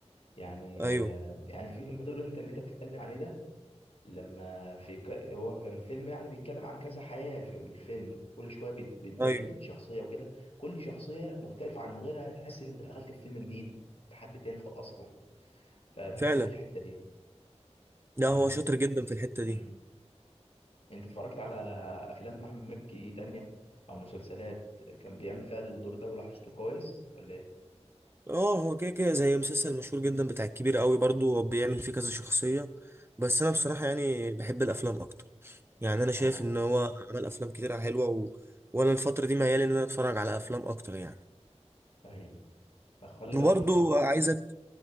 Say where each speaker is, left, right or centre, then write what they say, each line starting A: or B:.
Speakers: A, on the left; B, on the right.
A: يعني
B: ايوه
A: آه، يعني فيلم بتقول انت اللي انت بتتكلم عليه ده لما في ك... هو كان فيلم يعني بيتكلم عن كذا حياة في الفيلم كل شوية بيت- بيتبدل
B: ايوه
A: بين شخصية وكده كل شخصية مختلفة عن غيرها تحس ان انت دخلت في فيلم جديد بحد تاني خ- اصلا فبحب
B: فعلا
A: في الحتة دي
B: لا
A: يعني
B: هو شاطر جدا في الحته
A: مم.
B: دي
A: انت اتفرجت على افلام احمد مكي تانية او مسلسلات كان بيعمل فيها الدور ده ولاحظته كويس ولا ايه
B: اه هو كده كده زي مسلسل مشهور جدا بتاع الكبير قوي برضو هو بيعمل فيه كذا شخصية بس انا
A: مم.
B: بصراحة يعني بحب الافلام اكتر يعني انا
A: اه
B: شايف ان هو عمل افلام كتيرة حلوة و... وانا الفترة دي ميال ان انا اتفرج على افلام اكتر يعني
A: ايوه طب خلي بالك
B: وبرضو
A: افتكرت
B: عايزك